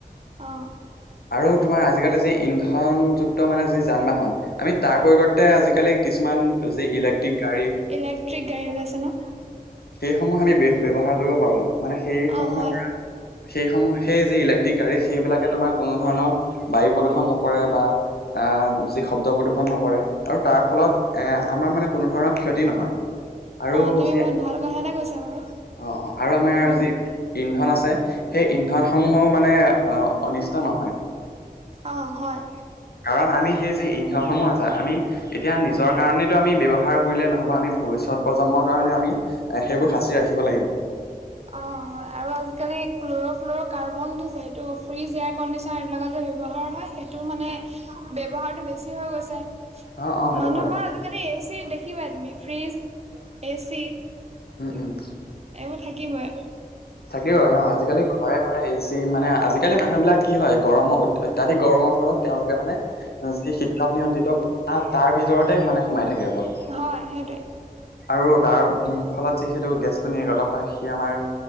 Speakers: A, on the right (about 40°); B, on the left (about 85°).
A: অ'।
B: আৰু তোমাৰ আজিকালি যি ইন্ধনযুক্ত মানে যি যান বাহন আমি তাৰ পৰিৱৰ্তে আজিকালি কিছুমান যি ইলেক্ট্ৰিক গাড়ী
A: ইলেক্ট্ৰিক গাড়ী ওলাইছে ন'?
B: সেইসমূহ আমি বে-ব্যৱহাৰ কৰিব পাৰো মানে সেইসমূহৰ
A: অ', হয়
B: পৰা সেইসমূহ সেই যি ইলেক্ট্ৰিক গাড়ী সেইবিলাকে তোমাৰ কোনো ধৰণৰ বায়ু প্ৰদূষন নকৰে বা আ, যি শব্দ প্ৰদূষন নকৰে আৰু তাৰ ফলত এ, আমাৰ মানে কোনো ধৰণৰ ক্ষতি নহয়। আৰু
A: অ' তুমি
B: যি
A: বহুত ভাল কথা এটা কৈছা বাৰু।
B: অ', অ' আৰু আমাৰ
A: অ',
B: আজি ইন্ধন আছে সেই ইন্ধনসমূহো মানে আ, অনিষ্ট নহয়।
A: অ', হয়
B: কাৰণ আমি সেই যি ইন্ধনসমূহ আছে আমি এতিয়া নিজৰ কাৰণেতো আমি ব্যয়ৱহাৰ কৰিলে নহ'ব, আমি ভৱিষ্যত প্ৰজন্মৰ কাৰণেও আমি সেইবোৰ সাঁচি ৰাখিব লাগিব।
A: অ', হয় আৰু আজিকালি ক্ল'ৰ' ফ্ল'ৰ' কাৰ্বনটো যে হেইটো ফ্ৰিজ এয়াৰ কণ্ডিচনাৰ এইবিলাকত যে ব্যবহাৰ হয় সেই টো মানে ব্যৱহাৰটো বেছি হৈ গৈছে।
B: অ অ সেইটো
A: মানুহৰ
B: হয়
A: আজিকালি এ চি দেখিবাই তুমি ফ্ৰিজ, এচি।
B: উম, উম।
A: এওঁ থাকিৱই
B: থাকিবই অ', আজিকালি ঘৰে ঘৰে এ চি মানে আজিকালি মানুহ বিলাক কি হয় গৰমৰ অত্যাধিক গৰমৰ ফলত তেওঁলোকে মানে যি শীততাপ নিয়ন্ত্ৰিত কোঠাত তাৰ ভিতৰতে মানে সোমাই থাকে অকল।
A: হয় সেইটোৱে।
B: আৰু তাৰ ফলত যি সেইটো গেছটো নিৰ্গত হয় সি আমাৰ